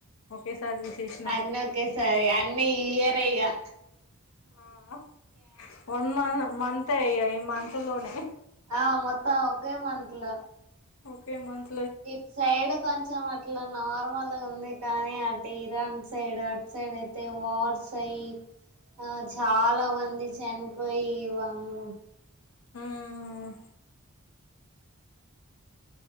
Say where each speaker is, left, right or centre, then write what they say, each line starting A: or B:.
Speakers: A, on the left; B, on the right.
A: ఒకేసారి తీసేసినాం
B: అన్న ఒకకే సర అన్న ఈ అయగా
A: ఆ వన్ మంత మస లోనే
B: ఆ మొత్తం ఒకే మంత్ లో
A: ఓకే మంత
B: ఇ సైడ్ కొంచం మ ఇట్లా నార్మల్ ఉంది కానీ అటు ఇరాన్ సైడ్ అటు సైడ్ అయితే వార్స్ అయి ఆ చాలా మంది చనిపోయిము
A: మ్మ్